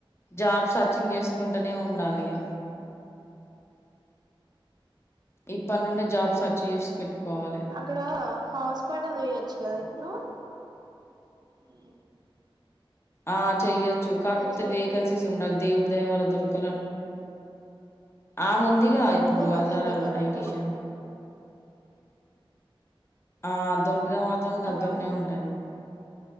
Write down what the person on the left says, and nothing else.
జాబ్ సర్చింగ్ చేసుకుంటూనే ఉండాలి ఇగ ఇప్పటి నుండే జాబ్ సర్చ్ చేసి పెట్ కోవలే
ఆ చెయ్యొచ్చు కాకపోతే
వేకెన్సీస్ ఉండాలి దేవుడు దేవాల దుర్కల ఆ ముందిగా
ఇప్పుడు
హజారాల
డైటిషియన్
ఆ దొరికితే మాత్రం దగ్గరనే
ఉంటది